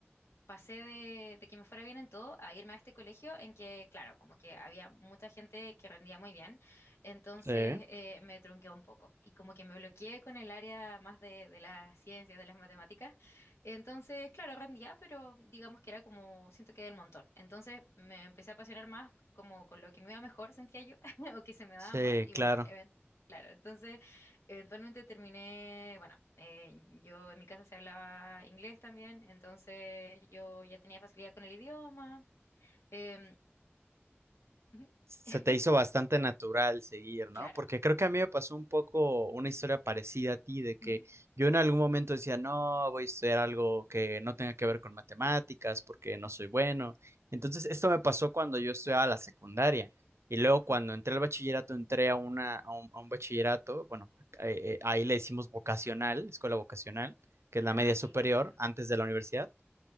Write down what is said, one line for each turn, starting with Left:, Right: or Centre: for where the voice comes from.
Left: pasé de, de que me fuera bien en todo a irme a este colegio en que, claro, como que había mucha gente que rendía muy bien, entonces
Right: Sí.
Left: eh, me trunqué un poco y como que me bloqueé con el área más de, de las ciencias, de las matemáticas, entonces, claro, rendía, pero digamos que era como, siento que del montón, entonces me empecé a apasionar más como con lo que me iba mejor, sentía yo, <laughs> o que se me daba
Right: Sí,
Left: más, y
Right: claro.
Left: bueno, even- claro, entonces... Eventualmente terminé, bueno, eh, yo en mi casa se hablaba inglés también, entonces yo ya tenía facilidad con el idioma. em, ujú,
Right: se
Left: <laughs>
Right: te hizo bastante natural seguir, ¿no?
Left: claro.
Right: Porque creo que a mí me pasó un poco una historia parecida a ti, de que
Left: ujú,
Right: yo en algún momento decía, no, voy a estudiar algo que no tenga que ver con matemáticas porque no soy bueno. Entonces, esto me pasó cuando yo estudiaba la secundaria. Y luego cuando
Left: mm.
Right: entré al bachillerato, entré a una, a un, a un bachillerato, bueno, eh, eh, ahí le decimos vocacional, escuela vocacional, que es la
Left: Ah,
Right: media
Left: ok,
Right: superior,
Left: ok, entiendo.
Right: antes de la universidad.